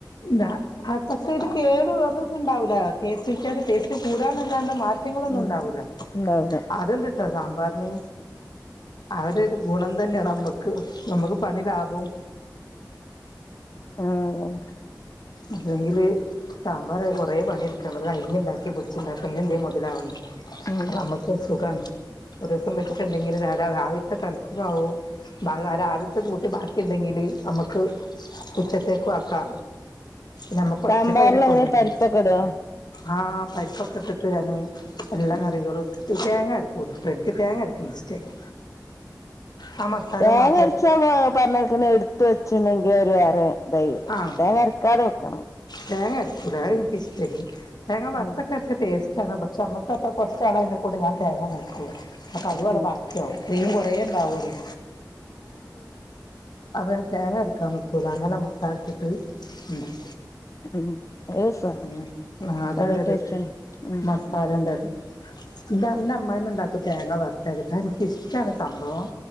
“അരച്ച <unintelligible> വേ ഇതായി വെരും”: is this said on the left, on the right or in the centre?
Left